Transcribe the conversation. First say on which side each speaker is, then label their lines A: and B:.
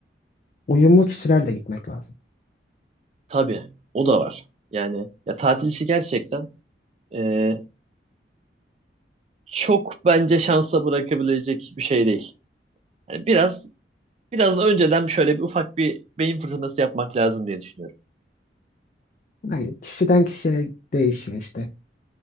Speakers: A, on the left (about 45°); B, on the right (about 35°).
A: Uyumlu kişilerle gitmek lazım.
B: Tabii o da var. Yani ya tatil işi gerçekten e, çok bence şansa bırakabilecek bir şey değil. Yani biraz biraz önceden şöyle bir ufak bir beyin fırtınası yapmak lazım diye düşünüyorum.
A: Yani kişiden kişiye değişiyor işte.